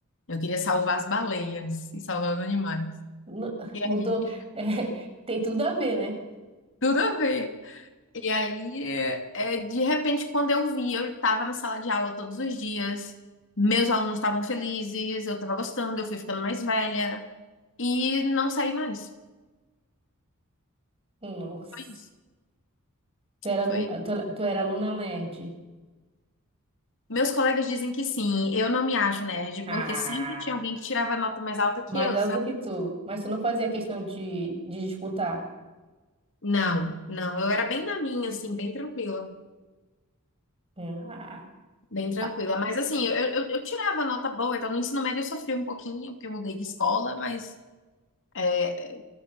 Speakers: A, on the left; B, on the right.
A: Eu queria salvar as baleias e salvar os animais.
B: nu- <laughs> Mudou.
A: Aí,
B: É, tem tudo a ver, né?
A: <laughs> Tudo a ver. E aí, é, é, de repente, quando eu vi, eu estava na sala de aula todos os dias, meus alunos estavam felizes, eu estava gostando, eu fui ficando mais velha e não saí mais.
B: Nossa.
A: Foi isso.
B: Tu era,
A: Foi.
B: nu- tu, tu era aluna nerd.
A: Meus colegas dizem que sim, eu não me acho nerd,
B: Ah.
A: porque sempre tinha alguém que tirava nota mais alta
B: Mais
A: que eu,
B: alto que tu. Mas tu não fazia questão de, de disputar.
A: Não, não, eu era bem na minha, assim, bem tranquila,
B: Ah.
A: bem tranquila.
B: Ah,
A: Mas assim, eu, eu, eu tirava nota boa, então no ensino médio eu sofri um pouquinho, porque eu mudei de escola, mas é,